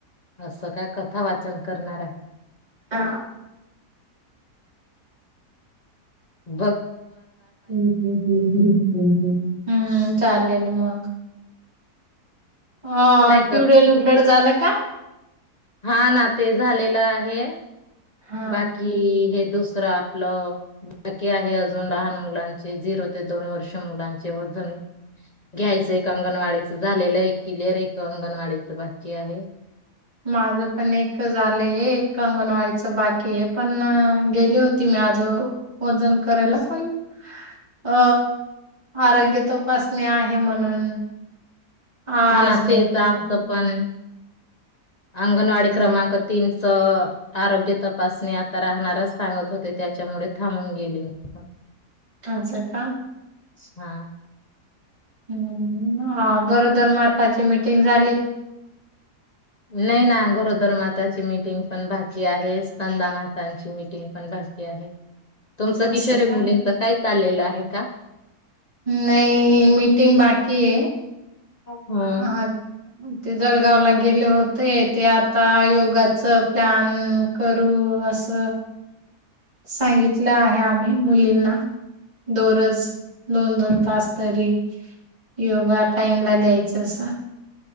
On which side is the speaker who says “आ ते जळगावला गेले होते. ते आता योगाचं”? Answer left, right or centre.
Right